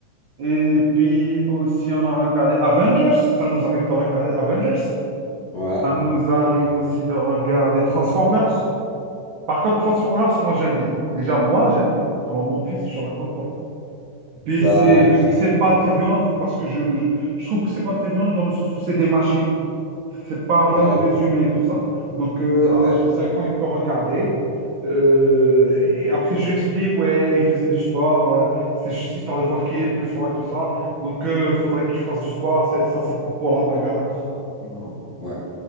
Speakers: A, on the right (about 85°); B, on the left (about 60°).
A: Et puis aussi, on a regardé Avengers. Ça nous arrive de regarder Avengers.
B: Ouais,
A: Ça nous arrive aussi de regarder Transformers. Par contre, Transformers, moi, j'aime bien. Déjà, moi, j'aime bien. Alors, mon fils, je raconte pas. Puis,
B: bah,
A: c'est, vu
B: écoute,
A: que c'est pas très violent, parce que je, je, je trouve que c'est pas très violent dans le sens où c'est des machines. C'est pas
B: ouais,
A: vraiment des humains et tout ça. Donc, euh,
B: c'est vrai.
A: à l'âge de 5 ans, il peut regarder. Euh, et après, je lui explique, ouais, il faisait du sport. euh, c'est juste histoire de voir qui est le plus fort et tout ça. Donc, il faudrait que tu fasses du sport. C'est, ça, c'est pas pour la bagarre et tout ça. Et voilà.
B: Ouais.